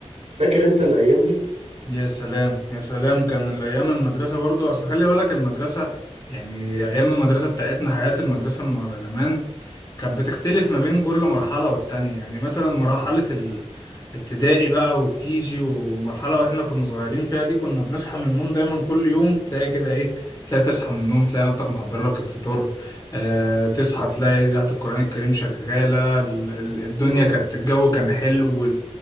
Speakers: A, on the right (about 85°); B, on the left (about 30°).
A: فاكر أنت الأيام دي؟
B: يا سلام يا سلام كان الايام المدرسه برضو اصل خلي بالك المدرسه يعني ايام المدرسه بتاعتنا حياه المدرسه م- زمان كانت بتختلف ما بين كل مرحله والتانية يعني مثلا مرحله الابتدائي بقى والكيجي ومرحله واحنا كنا صغيرين فيها دي كنا بنصحى من النوم دايما كل يوم تلاقي كده ايه تلاقي تصحى من النوم تلاقي مامتك محضره لك الفطار آه تصحى تلاقي اذاعه القران الكريم شغاله ال- ال- الدنيا
A: آه
B: كانت الجو كان حلو